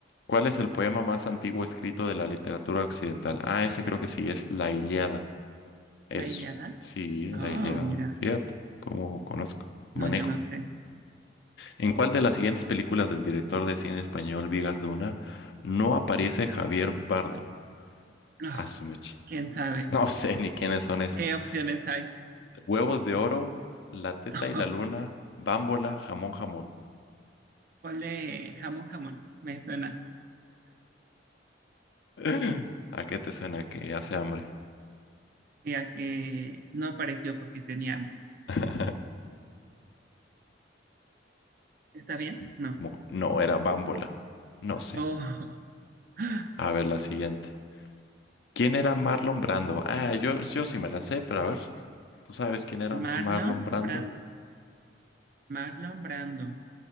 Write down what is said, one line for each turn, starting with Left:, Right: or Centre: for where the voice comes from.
Left: ¿Cuál es el poema más antiguo escrito de la literatura occidental? Ah, ese creo que sí, es La Ilíada. Eso.
Right: la Ilíada.
Left: Sí,
Right: Oh,
Left: La Ilíada.
Right: mira.
Left: Fíjate cómo conozco, manejo.
Right: No, yo no sé.
Left: ¿En cuál de las siguientes películas del director de cine español Vigas Luna no aparece Javier Bardem?
Right: Ah,
Left: A su mecha. <laughs>
Right: quién sabe.
Left: No sé ni quiénes son esos.
Right: ¿Qué opciones hay?
Left: Huevos de oro, La teta
Right: <laughs>
Left: y la luna, Bámbola, jamón, jamón.
Right: Ponle jamón, jamón. Me suena.
Left: <laughs> ¿A qué te suena que hace hambre?
Right: Ya que no apareció porque tenía hambre.
Left: <laughs> Jamón.
Right: ¿Está bien? No.
Left: jamón. No, era bámbola. No sé.
Right: Oh, <laughs>
Left: A ver, la siguiente. ¿Quién era Marlon Brando? Ah, yo, yo sí me la sé, pero a ver, ¿tú sabes quién era
Right: Marlon
Left: Marlon Brando?
Right: Brand, Marlon Brando.